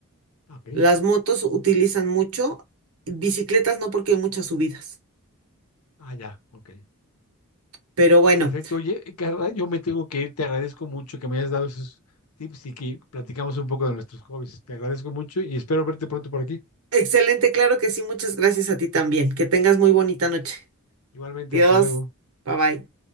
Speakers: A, on the left (about 85°); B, on the right (about 75°).
A: Ok.
B: Las motos utilizan mucho, bicicletas no porque hay muchas subidas.
A: Ah, ya, ok.
B: Pero bueno,
A: Perfecto. Oye, Carla, yo me tengo que ir. Te agradezco mucho que me hayas dado esos tips y que platicamos un poco de nuestros hobbies. Te agradezco mucho y espero verte pronto por aquí.
B: excelente, claro que sí, muchas gracias a ti también. Que tengas muy bonita noche.
A: Igualmente,
B: Dios,
A: hasta luego.
B: bye bye.